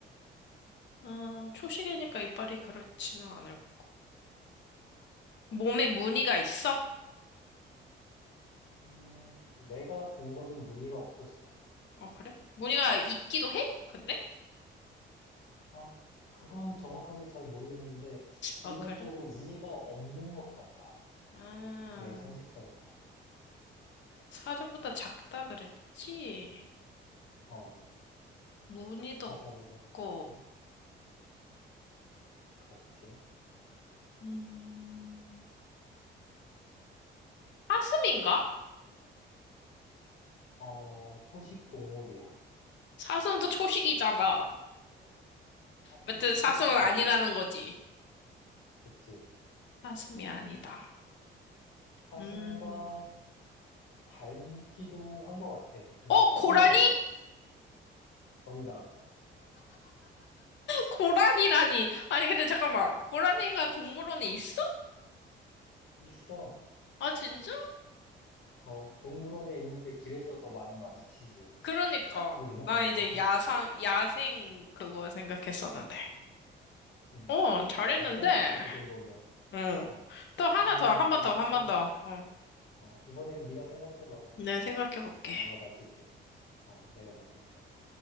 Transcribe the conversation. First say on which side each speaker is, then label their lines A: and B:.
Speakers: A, on the left; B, on the left.
A: 어, 초식이니까 이빨이 그렇지는 않을 거고. 몸에 무늬가 있어?
B: 음, 내가 본 거는 무늬가 없었어.
A: 어, 그래? 무늬가 있기도 해? 근데?
B: 아, 그건 정확하게 잘 모르겠는데 일반적으로
A: 어, 그래?
B: 무늬가 없는 것 같아.
A: 아,
B: 내 상식선에서.
A: 사자보다 작다 그랬지?
B: 어,
A: 무늬도
B: 사자보다 작고
A: 없고,
B: 그렇지.
A: 음, 사슴인가?
B: 어, 초식 동물이야.
A: 사슴도 초식이잖아.
B: 사슴도
A: 아무튼 사슴은
B: 초식이지.
A: 아니라는 거지.
B: 그치.
A: 사슴이 아니다.
B: 사슴과
A: 음.
B: 닮기도 한 것 같아. 근데
A: 어,
B: 사슴은
A: 고라니?
B: 아니야. 정답.
A: 고라니라니. 아니, 근데 잠깐만. 고라니가 동물원에 있어?
B: 있어.
A: 아, 진짜?
B: 어, 동물원에 있는데 길에서 더 많이 마주치지.
A: 그러니까
B: <laughs> 우리나라에서.
A: 나 이제 야상 야생 그거 생각했었는데.
B: 음,
A: 어, 잘했는데.
B: 야생이지, 그 정도면.
A: 응.
B: 어,
A: 또 하나
B: 그러면
A: 더, 한 번
B: 이번엔,
A: 더, 한 번 더. 응.
B: 어, 이번엔 네가 생각해봐.
A: 네, 생각해 볼게.
B: 내가 맞출게. 어, 내가 맞출게.